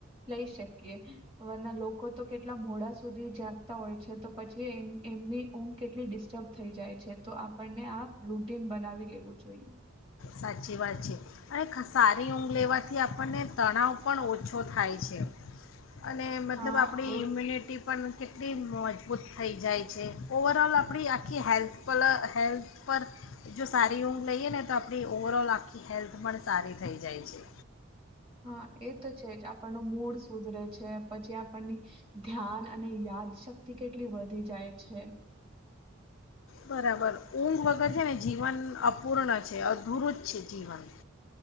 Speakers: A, on the right; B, on the left.
A: લઈ શકીએ વરના લોકો તો કેટલા મોડા સુ સુધી જાગતા હોય છે તો પછી એ એમની ઊંઘ કેટલી ડિસ્ટર્બ થઈ જાય છે તો આપણને આ રૂટીન બનાવી લેવું જોઈએ.
B: સાચી વાત છે, અને સારી ઊંઘ લેવાથી આપણને તણાવ પણ ઓછો થાય છે. અને મતલબ
A: હા
B: આપડી
A: એ
B: ઇમ્યુનિટી પણ એલી મજબૂત થઈ જાય છે, ઓવરઓલ આપણી આખી હેલ્થ પરલ હેલ્થ પર જો સારી ઊંઘ લઈએ ને આપણી ઓવરઓલ આખી હેલ્થ પણ સારી થઈ જાય છે.
A: હા એ તો છે જ આપણુ મૂળ સુધરે છે પછી આપણની, ધ્યાન અને યાદ શક્તિ કેટલી વધી જાય છે.
B: બરાબર ઊંઘ વગર છે ને જીવન અપૂર્ણ છે અધુરું જ છે જીવન.